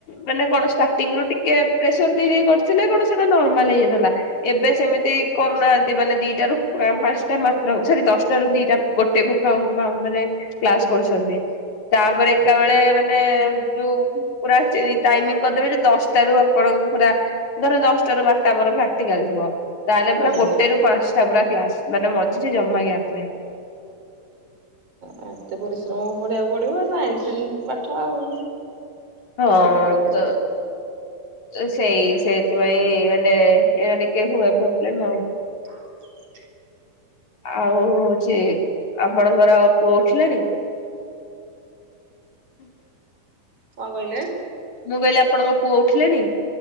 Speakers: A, on the left; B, on the right.
A: ମାନେ କଣ ଷ୍ଟାର୍ଟିଂ ରୁ ଟିକେ ପ୍ରେସର ରି କରିଥିଲେ କଣ ସେଟା ନର୍ମାଲ ହେଇଯାଇଥାନ୍ତା। ଏବେ ସେମିତି କରୁନାଆନ୍ତି ମାନେ ଦିଟାରୁ ପା-ପାଞ୍ଚଟା ମାତ୍ର ହଉ। ସରି ଦଶଟାରୁ ଦିଟା ଗୋଟେ ଗୁଫାଉଁ ଫାଉଁ ମାନେ କ୍ଲାସ କରୁଛନ୍ତି। ତାପରେ ଏକାବେଳେ ମାନେ ଯୋଉ ପୁରା ଚି ଟାଇମିଂ କରିଦେବେ ଯେ, ଦଶଟାରୁ ଆପଣଙ୍କୁ ପୁରା ଧର ଦଶଟାରୁ ବାରଟା ଆମର ପ୍ରାକ୍ଟିକାଲ ଥିବ ତାହେଲେ
B: ହୁଁ
A: ପୁରା ଗୋଟେରୁ ପାଞ୍ଚଟା ପୁରା କ୍ଲାସ, ମାନେ ମଝିରେ ଜମା ଗ୍ୟାପ୍ ନାହିଁ।
B: ଆ ଏତେ ପରିଶ୍ରମ ବଢିବାକୁ ପଡିବ, ଆଉ ସାଇନ୍ସ ଯେନ୍ତି ପାଠ ଆଉ। ପରିଶ୍ରମ
A: ହଁ,
B: କରିବାକୁ
A: ତ
B: ପଡିବ
A: ସେଇ ସେଇଥିପାଇଁ ମାନେ ଏଇଟା ଟିକେ ହୁଏ ପ୍ରୋବ୍ଲେମ ଆଉ।
B: ହ <unintelligible>
A: ଆଉ ହଉଛି, ଆପଣଙ୍କର ପୁଅ ଉଠିଲାଣି? <unintelligible>
B: କଅଁ କହିଲେ?
A: ମୁଁ କହିଲି ଆପଣଙ୍କ ପୁଅ ଉଠିଲାଣି?